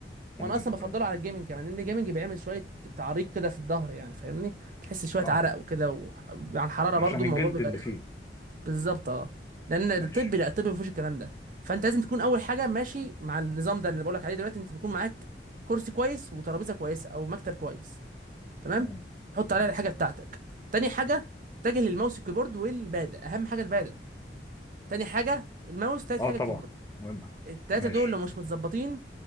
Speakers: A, on the left; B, on the right.
A: تمام
B: وانا اصلا بفضله
A: حلو
B: على الجيمنج كمان لان الجيمنج بيعمل شويه تعريق كده في الظهر يعني فاهمني بتحس شويه
A: أه
B: عرق وكده وعن حراره برضو
A: عشان
B: الموضوع
A: الجلد
B: بيبقى
A: اللي
B: رخم
A: فيه
B: بالظبط اه لان الطب
A: ماشي
B: لا الطب ما فيهوش الكلام ده فانت لازم تكون اول حاجه ماشي مع النظام ده اللي بقولك عليه دلوقتي انت بيكون معاك كرسي كويس وترابيزه كويسه او مكتب كويس تمام
A: تمام
B: تحط
A: حلو
B: عليها الحاجه بتاعتك تاني حاجه تتجه للماوس الكيبورد والباده اهم حاجه الباده تاني حاجه الماوس تالت
A: أه
B: حاجه
A: طبعا
B: الكيبورد
A: مهمة
B: التلاتة
A: ماشي
B: دول لو مش متظبطين